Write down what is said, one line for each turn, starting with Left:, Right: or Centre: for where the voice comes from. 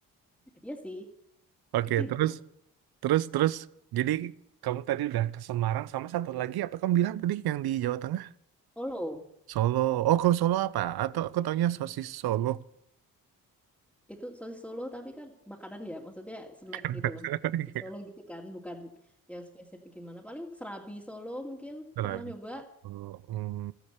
Centre: Iya sih,
Right: Oke,
Centre: gitu.
Right: terus terus terus. Jadi kamu tadi udah ke Semarang sama satu lagi apa kamu bilang tadi yang di Jawa Tengah?
Centre: Solo.
Right: Solo. Oh, kalau Solo apa? Atau aku taunya sosis Solo.
Centre: Itu sosis Solo tapi kan makanan ya, maksudnya snack
Right: <laughs>
Centre: gitu loh. Sosis Solo gitu kan, bukan yang spesifik gimana. Paling serabi Solo mungkin
Right: Serabi
Centre: pernah nyoba.
Right: soto. Hmm.